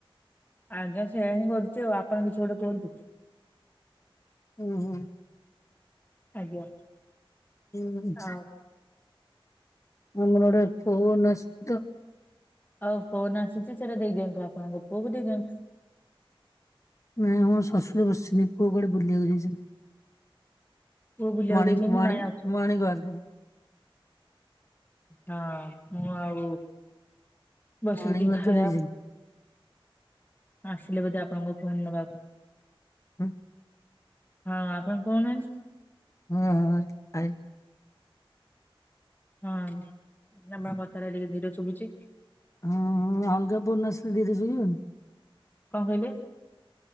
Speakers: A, on the left; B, on the left.
A: ଆଜ୍ଞା ସେୟଆ ହିଁ କରୁଛି ଆଉ ଆପଣ କିଛି ଗୋଟେ କୁହନ୍ତୁ।
B: ହୁଁ ହୁଁ।
A: ଆଜ୍ଞା,
B: ହୁଁ
A: ଆଉ?
B: ମୋର ଗୋଟେ ଫୋନ୍ ଆସି ତ?
A: ହଉ ଫୋନ୍ ଆସିଛି, ସେଟା ଦେଇଦିଅନ୍ତୁ ଆପଣଙ୍କ ପୁଅକୁ ଦେଇଦିଅନ୍ତୁ।
B: ନାଇଁ ଆମ ଶ୍ୱଶୁରରେ ବସିନି, ପୁଅ କୁଆଡେ ବୁଲିବାକୁ ଯାଇଛନ୍ତି।
A: ପୁଅ ବୁଲିବାକୁ
B: ମର୍ଣ୍ଣିଙ୍ଗ୍,
A: ଯାଇଛନ୍ତି
B: ମର୍ଣ୍ଣିଙ୍ଗ୍,
A: ନାଇଁ ଅଛନ୍ତି
B: ମର୍ଣ୍ଣିଙ୍ଗ୍ ୱାର୍କ୍।
A: ହଁ ମୁଁ ଆଉ ବସୁଚି
B: ମର୍ଣ୍ଣିଂ ୱାର୍କରେ
A: ଖାଇବାକୁ।
B: ଯାଇଛନ୍ତି।
A: ଆସିଲେ ବୋଧେ ଆପଣଙ୍କ ଫୋନ୍ ନବାକୁ।
B: <inaudible>
A: ହଁ ଆପଣ କଉ ନାହାନ୍ତି?
B: ହଁ ଆ <inaudible>
A: ହଁ ତମ କଥାଟା ଟିକେ ଧୀରେ ଶୁଭୁଚି।
B: ହଁ ହଁ ଅଲଗା ଫୋନ୍ ଆସିଲେ ଦିଦି ଶୁଭିବନି?
A: କଣ କହିଲେ?